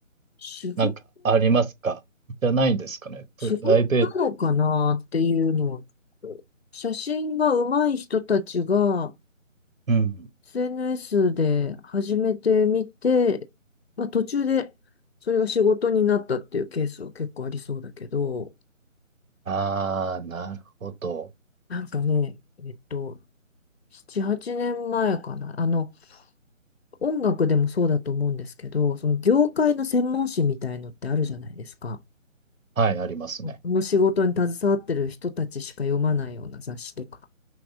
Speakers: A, on the left (about 50°); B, on the right (about 80°).
A: 仕事、
B: なんかありますかじゃないんですかね。プライベート。
A: 仕事なのかなっていうのは、写真が上手い人たちが、
B: うん。
A: SNS で始めてみて、まあ途中でそれが仕事になったっていうケースは結構ありそうだけど、
B: ああ、なるほど。
A: なんかね、えっと、7、8年前かな。あの、音楽でもそうだと思うんですけど、その業界の専門誌みたいのってあるじゃないですか。
B: はい、ありますね。
A: この仕事に携わってる人たちしか読まないような雑誌とか。